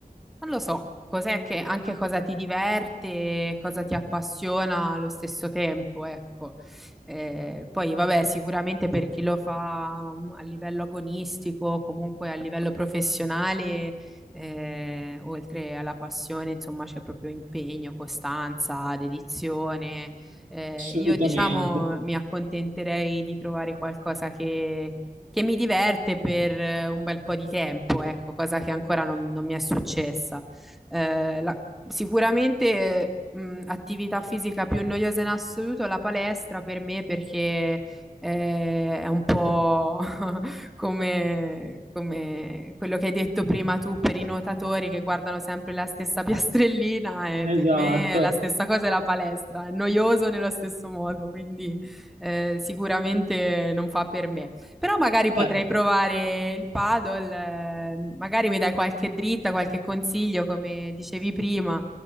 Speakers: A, in the centre; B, on the right (about 55°).
A: non lo so, cos'è che, anche cosa ti diverte, cosa ti appassiona allo stesso tempo, ecco. Eh, poi, vabbè, sicuramente per chi lo fa mm, a livello agonistico, comunque a livello professionale, eh, oltre alla passione, insomma, c'è proprio impegno, costanza, dedizione. Eh,
B: Assolutamente.
A: io, diciamo, mi accontenterei di trovare qualcosa che che mi diverte per eh, un bel po' di tempo, ecco, cosa che ancora non, non mi è successa. Eh, la- sicuramente, mh, attività fisica più noiosa in assoluto, è la palestra per me perché eh, è un po' <laughs> come, come quello che hai detto prima tu per i nuotatori che guardano sempre la stessa <laughs> piastrellina e per
B: Esatto.
A: me la stessa cosa è la palestra, è noioso nello stesso modo, quindi eh, sicuramente non fa per me. Però magari potrei
B: Eh,
A: provare il paddle, eh, magari mi dai qualche dritta, qualche consiglio, come dicevi prima.